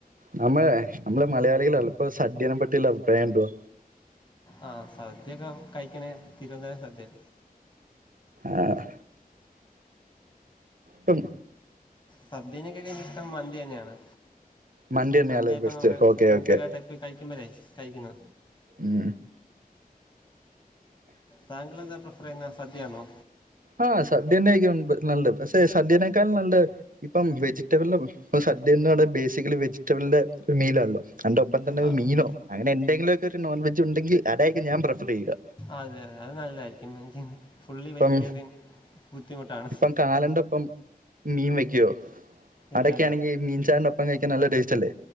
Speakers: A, on the right; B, on the left.
A: നമ്മളെ നമ്മള് മലയാളികളിൽ ഇപ്പ സദ്യേനെ പറ്റിയുള്ള അഭിപ്രായം എന്തുവാ
B: ആഹ് സദ്യയൊക്കെ കഴിക്ക്ണേ തിരുവനന്തപുരം സദ്യാ
A: ആഹ് ട്ടും
B: സദ്യേനെക്കായൊക്കെനിക്കിഷ്ടം മന്തി തന്നെയാണ്
A: മണ്ടി തന്നെയല്ലേ
B: മന്തിയാ ഇപ്പ
A: ബെസ്റ്റ്
B: നമ്മുടെ
A: ഓക്കെ
B: ഫ്രണ്ട്സൊക്കെ
A: ഓക്കെ
B: ആയിട്ട് എപ്പോയി കഴിക്കുമ്പഴേ കഴിക്കുന്ന
A: ഉം
B: താങ്കളെന്താ പ്രിഫർ ചെയ്യുന്നേ സദ്യയാണോ
A: ആഹ് സദ്യന്നെ കഴിക്കണ് മുമ്പ് ന്നുണ്ട് പക്ഷെ സദ്യേനെക്കാളും നല്ലെ ഇപ്പം വെജിറ്റബളിലും ഇപ്പ സദ്യന്നെയാണ് ബേസിക്കലി വെജിറ്റബളിന്റെ ഒര് മീലാണല്ലോ അന്റൊപ്പം തന്നെ
B: ആ ആ,
A: മീനോ അങ്ങനെ എന്തെങ്കിലൊക്കെ ഒരു നോൺവെജ് ഉണ്ടെിൽ അതായിരിക്കും ഞാൻ പ്രിഫറ് ചെയ്യുക
B: അതെ അതെ അത് നല്ലായിരിക്കും എനിക്ക് ഫുള്ളി
A: ഇപ്പം
B: വെജിറ്റേറിയൻ ബുദ്ധിമുട്ടാണ്
A: ഇപ്പം കാലന്റെ ഒപ്പം മീൻ വെക്കുവോ
B: ഇല്ല
A: അതൊക്കെ
B: ഇല്ല
A: ആണെങ്കി മീൻ ചാറിനൊ പ്പം കഴിക്കാൻ നല്ല ടേസ്റ്റല്ലേ